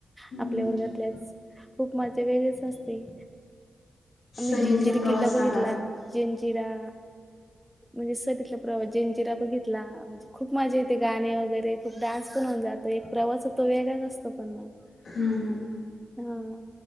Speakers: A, on the left; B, in the centre.
A: हम्म
B: आपल्या वर्गातल्याच खूप मजे वेगळेच असते आ मही
A: सहलीतला
B: जिंजिरी
A: प्रवास
B: किल्ला बघितला
A: सांगा.
B: जिं जिरा
A: <unintelligible>
B: म्हणजे सर तिथला प्रवास, जिंजिरा बघितला. म्हणजे खूप मजा येते, गाणे वगैरे, खूप डान्स पण होऊन जात तो एक प्रवास होतो. वेगळाच असतो, पण मग
A: हम्म. हम्म.
B: हा,